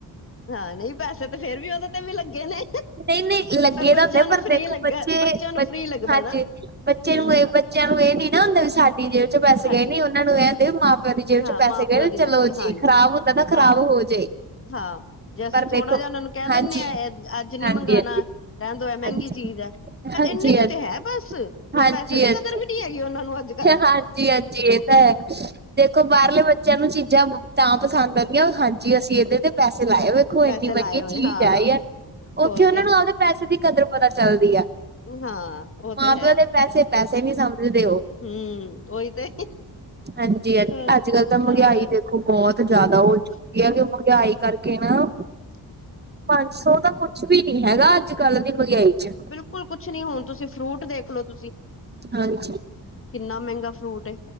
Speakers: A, on the left; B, on the right.
A: ਹਾਂ ਨਈਂ ਪੈਸੇ ਤੇ ਫੇਰ ਵੀ ਓਦੇ ਤੇ ਵੀ ਲੱਗੇ ਨੇ।
B: ਨਈਂ, ਨਈਂ, ਲੱਗੇ
A: ਪਰ ਬੱਚਿਆਂ
B: ਤਾਂ ਹੁੰਦੇ
A: ਨੂੰ
B: ਪਰ
A: ਫ੍ਰਰੀ
B: ਦੇਖੋ,
A: ਲੱਗਾ
B: ਬੱਚੇ,
A: ਬੱਚਿਆਂ ਨੂੰ
B: ਬਚ
A: ਫ੍ਰਰੀ ਲੱਗਦਾ
B: ਹਾਂਜੀ
A: ਨਾ
B: ਬੱਚੇ
A: ਹੂੰ
B: ਨੂੰ ਏ ਬਚ ਬੱਚਿਆਂ ਨੂੰ ਏ ਨੀਂ ਨਾਂ ਹੁੰਦਾ ਵੀ ਸਾਡੀ ਜੇਬ ਚ ਪੈਸੇ
A: ਸਾਡੀ
B: ਗਏ ਨੀਂ, ਓਨਾਂ ਨੂੰ ਏਂ ਹੁੰਦਾ ਮਾਂ-ਪਿਓ ਦੀ ਜੇਬ
A: ਹਾਂ
B: ਚ ਪੈਸੇ
A: ਮਾਂ ਪਿਓ
B: ਗਏ ਨੇ
A: ਦੀ
B: ਚਲੋ
A: ਲੱਗੇ
B: ਜੀ।
A: ਹਾਂਜੀ
B: ਖਰਾਬ
A: ਹਾਂ
B: ਹੁੰਦਾ ਤਾਂ
A: ਹਾਂ
B: ਖਰਾਬ ਹੋ ਜੇ।
A: ਹਾਂ ਜੇ ਅਸੀਂ
B: ਪਰ
A: ਥੋੜ੍ਹਾ
B: ਦੇਖੋ
A: ਜਿਆ ਓਨਾਂ ਨੂੰ ਕੈਅ
B: ਹਾਂਜੀ,
A: ਦਿੰਦੇ ਆਂ ਅ ਅੱਜ ਨਈਂ
B: ਹਾਂਜੀ,
A: ਮੰਗਾਣਾ।
B: ਹਾਂਜੀ,
A: ਰੈਣ ਦੋ ਏ ਮਹਿੰਗੀ
B: ਹਾਂਜੀ,
A: ਚੀਜ਼ ਏ।
B: ਹਾਂਜੀ,
A: ਐਂਨੇਂ ਦੀ ਤੇ ਹੈ ਬਸ,
B: ਹਾਂਜੀ,
A: ਓ ਪੈਸੇ ਦੀ
B: ਹਾਂਜੀ।
A: ਕਦਰ ਵੀ ਨੀਂ ਹੈਗੀ ਉਨ੍ਹਾਂ ਨੂੰ ਅੱਜ-ਕਲ।
B: ਹਾਂਜੀ, ਹਾਂਜੀ ਇਹ ਦੇਖੋ, ਬਾਹਰਲੇ ਬੱਚਿਆਂ ਨੂੰ ਚੀਜ਼ਾਂ ਤਾਂ ਪਸੰਦ ਆਂਦੀਆਂ ਹਾਂਜੀ, ਅਸੀਂ ਇਹਦੇ ਤੇ ਪੈਸੇ ਲਾਏ ਵੇਖੋ, ਇੰਨੀ
A: ਪੈਸੇ
B: ਮਹਿੰਗੀ
A: ਲਾਏ ਹੋਏ
B: ਚੀਜ਼
A: ਹਾਂ
B: ਆਈ ਏ।
A: ਹੋਰ
B: ਓਥੇ ਉਨ੍ਹਾਂ
A: ਕਿਆ
B: ਨੂੰ ਆਪਦੇ ਪੈਸੇ ਦੀ ਕਦਰ ਪਤਾ ਚੱਲਦੀ ਆ।
A: ਹਾਂ, ਓ
B: ਮਾਂ
A: ਤੇ
B: ਪਿਓ
A: ਹੈ।
B: ਦੇ ਪੈਸੇ, ਪੈਸੇ ਨ੍ਹੀਂ ਸਮਝਦੇ ਓ।
A: ਹਂ, ਓਹੀ ਤੇ
B: ਹਾਂਜੀ, ਹਾਂਜੀ
A: ਚੱਲ
B: ਅੱਜ-ਕਲ ਤੇ ਮਹਿੰਗਾਈ
A: ਹਾਂ
B: ਦੇਖੋ ਬੋਤ ਜ਼ਿਆਦਾ
A: ਬਹੁਤ
B: ਹੋ ਚੁੱਕੀ ਏ ਕਿ ਮਹਿੰਗਾਈ ਕਰਕੇ ਨਾ
A: <inaudible>
B: ਪੰਜ ਸੌ ਤਾਂ ਕੁੱਛ ਵੀ ਨੀਂ ਹੈਗਾ, ਅੱਜ-ਕਲ ਦੀ ਮੰਹਗਾਈ ਚ।
A: ਬਿਲਕੁਲ ਕੁਛ ਨੀਂ ਹੁਣ ਤੁਸੀਂ ਫਰੂਟ ਦੇਖਲੋ ਤੁਸੀਂ।
B: ਹਾਂਜੀ।
A: ਕਿੰਨਾ ਮਹਿੰਗਾ ਫਰੂਟ ਏ,